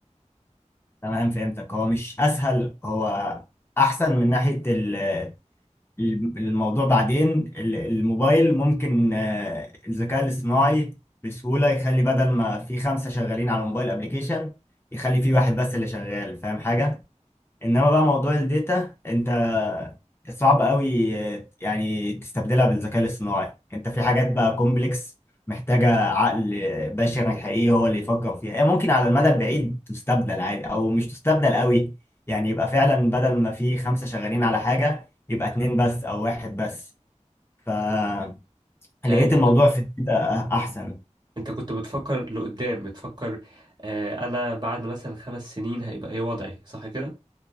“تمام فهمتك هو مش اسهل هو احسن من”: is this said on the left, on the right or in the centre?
Left